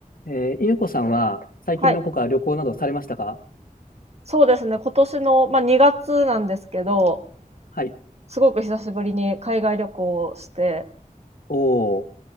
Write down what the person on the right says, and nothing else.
はい、そうですね、今年の、まあ、2月なんですけど、
すごく久しぶりに海外旅行をして、